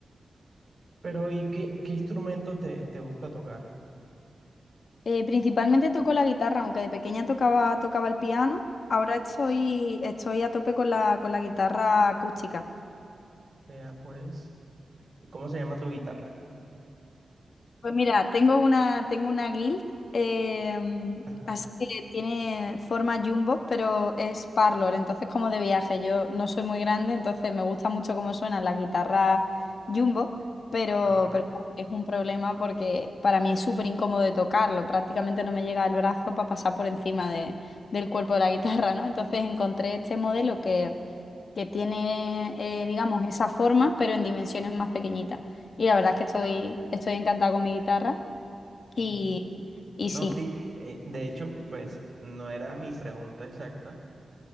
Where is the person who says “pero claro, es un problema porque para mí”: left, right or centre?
Left